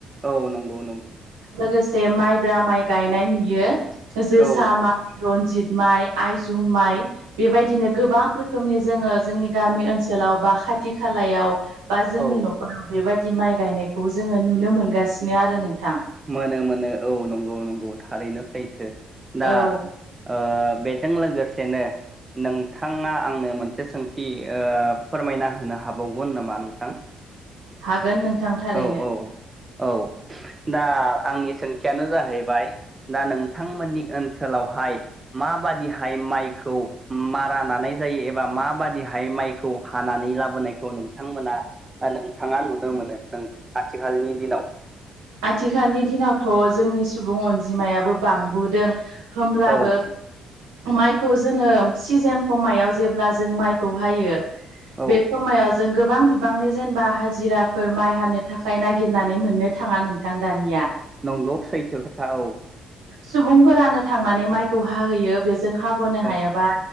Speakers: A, on the right; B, on the right.
A: औ नंगौ नंगौ
B: लोगोसे माइब्रा माइ गायनाय नुयो जोसा
A: औ
B: मा रनजित माइ आइजुम माइ बेबायदिनो गोबां रो रोखोमनि जोङो जोंनि गामि ओनसोलाव बा खाथि खालायाव बा जोंनि
A: औ
B: न'खराव बेबायदि बिदि माइ गायनायखौ जोङो नुनो मोनगासिनो आरो नोंथां।
A: मोनो मोनो औ नंगौ नंगौ थारैनो सैथो दा
B: औ
A: ओ बेजों लोगोसेनो नोंथाङा आंनो मोनसे सोंथि ओ फोरमायना होनो हाबावगोन नामा नोंथां?
B: हागोन नोंथां थारैनो
A: औ औ औ दा आंनि सोंथियानो जाहैबाय दा नोंथांमोननि ओनसोलावहाय मा बादिहाय माइखौ मारा नानाय जायो एबा मा बादिहाय माइ खौ हानानै लाबोनायखौ नोंथांमोना बा नोंथाङा नुनो मोनो। नों आथिखालनि दिनाव
B: आथिखालनि दिनावथ' जोंनि सुबुं अनजिमायाबो बांबोदों होमब्लाबो
A: औ
B: माइखौ जोङो सिजेन खमायाव जेब्ला जों माइखौ हायो
A: औ
B: बे समायाव जों गोबां बिबांनि जेनबा हाजिराफोर माइ हानो थाखाय नागिरनानै मोननो थाङा नोंथां दानिया
A: नंगौ सैथो खोथा औ
B: सुबुंफोरानो थांनानै माइखौ हाहोयो बेजों हाग'नो
A: औ
B: हायाबा